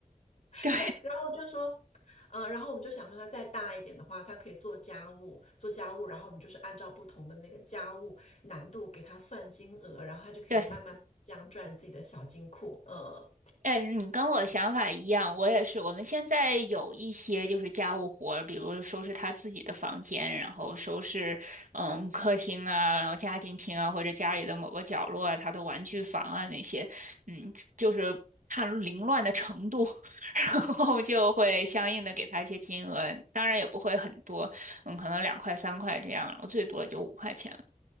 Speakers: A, on the left; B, on the right.
A: 对，<laughs>
B: 对，
A: 然后我就说，嗯、然后我们就想说，他再大一点的话，他可以做家务，做家务，然后我们就是按照不同的那个家务难度给他算金额，然后他就可以慢慢这样赚自己的小金库。
B: 对，
A: 嗯
B: 哎，你跟我想法一样，我也是。我们现在有一些就是家务活儿比如收拾他自己的房间，然后收拾嗯客厅啊，然后家庭厅啊，或者家里的某个角落啊，他的玩具房啊那些，嗯，就是看凌乱的程度，<laughs> 然后就会相应的给他一些金额，当然也不会很多，嗯，可能两块三块这样，然后最多也就五块钱。